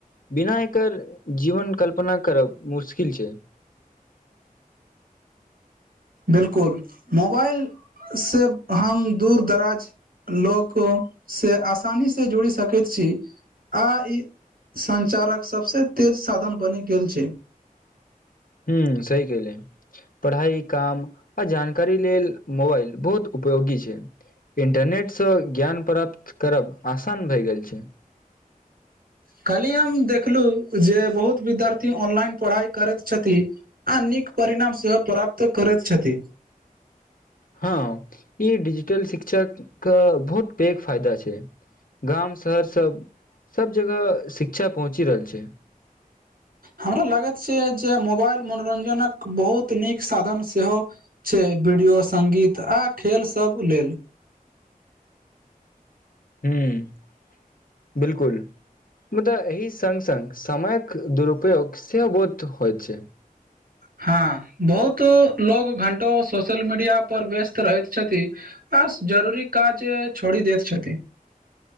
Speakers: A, on the left; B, on the right.
A: बिना एकर जीवन कल्पना करब मुश्किल छै
B: बिलकुल मोबाइल से हम दूर दराज लोक से आसानी से जुड़ि सकैत छी आ इ संचारक सबसे तेज साधन बनि गेल छै
A: हूं सही कहिले पढ़ाइ काम आ जानकारी लेल मोबाइल बहुत उपयोगी छै इन्टरनेट स ज्ञान प्राप्त करब आसान भए गेल छै
B: कल्ही हम देखलु जे बहुत विद्यार्थी ऑनलाइन पढ़ाइ करति छथि आ नीक परिणाम सेहो प्राप्त करति छथि
A: हँ ई डिजिटल शिक्षा क बहुत पैघ फायदा छै गाम शहर सब सब जगह शिक्षा पहुँची रहल छै
B: हमरा लागत छै जे मोबाइल मनोरञजनक बहुत नीक साधन सेहो छै वीडियो सङ्गीत आ खेलसभ लेल
A: हूं बिलकुल मुदा एहि संग संग समयक दुरूपयोग सेहो बहुत होइत छै
B: हँ बहुत लोग घंटो सोशल मीडिया पर व्यस्त रहति छथि आ जरूरी काज छोड़ी देत छति